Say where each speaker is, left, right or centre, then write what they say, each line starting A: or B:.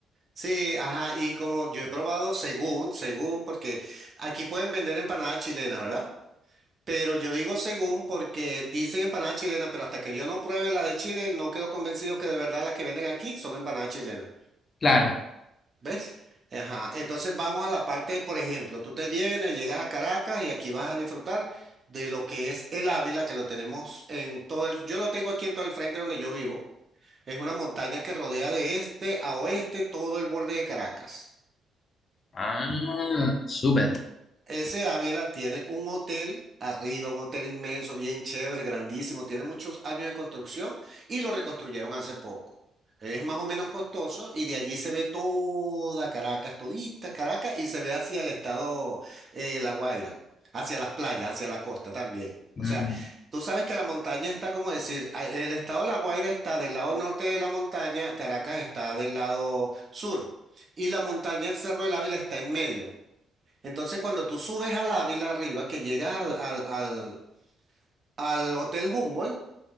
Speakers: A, on the right; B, on the left.
A: Sí, ajá, y como yo he probado, según, según, porque aquí pueden vender empanadas chilenas, ¿verdad? Pero yo digo según porque dicen empanadas chilenas, pero hasta que yo no pruebe la de Chile, no quedo convencido que de verdad las que venden aquí son empanadas chilenas.
B: Claro.
A: ¿Ves? Ajá. Entonces vamos a la parte, por ejemplo, tú te vienes, llegas a Caracas y aquí vas a disfrutar de lo que es el Ávila, que lo tenemos en todo el, yo lo tengo aquí en todo el frente donde yo vivo. Es una montaña que rodea de este a oeste todo el borde de Caracas.
B: Ah, súper.
A: Ese Ávila tiene un hotel arriba, un hotel inmenso, bien chévere, grandísimo, tiene muchos años de construcción y lo reconstruyeron hace poco. Es más o menos costoso y de allí se ve toda Caracas, todita Caracas y se ve hacia el estado eh, La Guaira, hacia las playas, hacia la costa también.
B: Mm.
A: O sea, tú sabes que la montaña está como decir, a- el estado La Guaira está del lado norte de la montaña, Caracas está del lado sur y la montaña, el Cerro del Ávila está en medio. Entonces, cuando tú subes al Ávila arriba, que llegas al, al, al, al Hotel Humboldt,